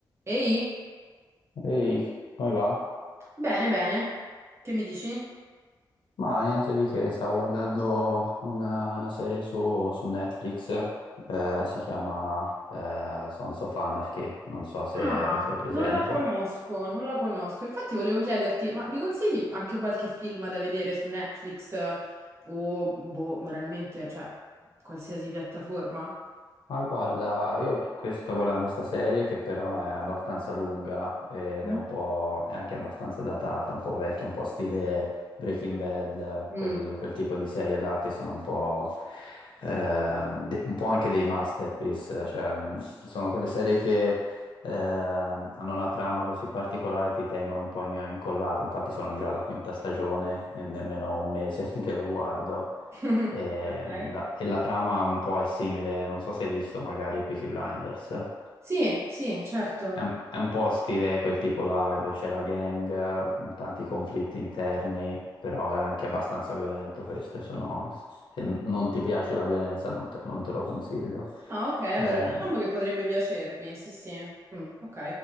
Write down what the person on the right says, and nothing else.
Ehi,
bene, bene. Che mi dici?
Ah,
Non la conosco, non la conosco. Infatti volevo chiederti, ma mi consigli anche qualche film da vedere su Netflix eh, o, boh, banalmente, cioè, qualsiasi piattaforma?
mm,
Mm.
<laughs>
ok.
Sì, sì, certo.
Ah, ok, allora
diciamo che potrebbe piacermi, sì, sì. Mm, ok.